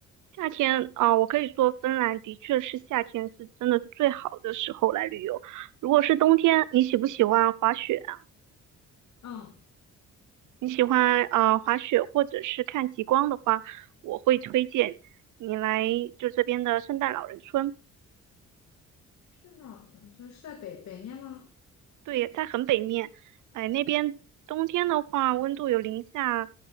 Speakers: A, on the right; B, on the left.
A: 夏天啊、我可以说芬兰的确是夏天是真的是最好的时候来旅游。如果是冬天，你喜不喜欢滑雪啊？
B: 嗯，
A: 你喜欢啊、滑雪或者是看极光的话，我会推荐你来就这边的圣诞老人村。
B: 是的，你说是在北北面吗？
A: 对，在很北面，哎，那边冬天的话，温度有零下